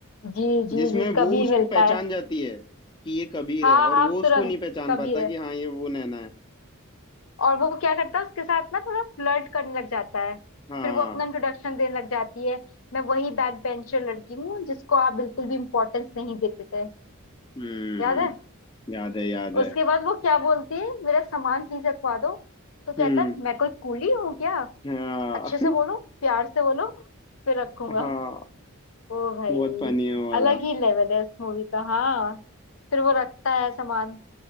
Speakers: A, on the left; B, on the left.
A: जी जी
B: जिसमें
A: जी कबीर
B: वो उसको
A: मिलता
B: पहचान
A: है
B: जाती है कि ये कबीर
A: हाँ
B: है और
A: हाँ
B: वो उसको
A: तुरंत
B: नहीं पहचान
A: कबीर
B: पाता कि
A: है
B: हाँ ये वो नैना है
A: और वो क्या करता है उसके साथ ना थोड़ा फ्लर्ट करने लग जाता है
B: हाँ
A: फिर वो अपना इंट्रोडक्शन देने लग जाती है मैं वही बैक बेंचर लड़की हूँ जिसको आप बिल्कुल भी इम्पोर्टेंस नहीं देते थे
B: हम्म
A: याद है
B: याद है याद है
A: उसके बाद वो क्या बोलती है मेरा सामान प्लीज रखवा दो तो कहता
B: हम्म
A: है मैं कोई कूली हूँ क्या
B: हाँ
A: अच्छे
B: <laughs>
A: से बोलो प्यार से बोलो फिर रखूंगा
B: हाँ
A: ओ भाई
B: बहुत फनी है वो वाला
A: अलग ही लेवल है उस मूवी का हाँ फिर वो रखता है सामान